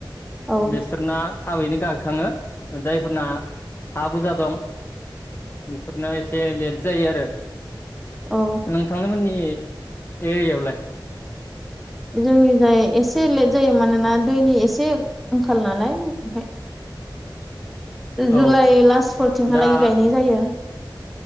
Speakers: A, in the centre; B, on the left (about 30°).
A: औ
B: बिसोर ना थाबैनो गायखाङो जायफोरना हा बुरजा दं बेफोरनो एसे लेट जायो आरो
A: औ
B: नोंथां मोननि एयावलाय?
A: जोंनि जाय एसे लेट जायो मानोना दैनि एसे आंखाल नालाय ओंखाय
B: औ
A: जुलाइ लास्ट फोरथिंहालागै
B: दा
A: गायनाय जायो।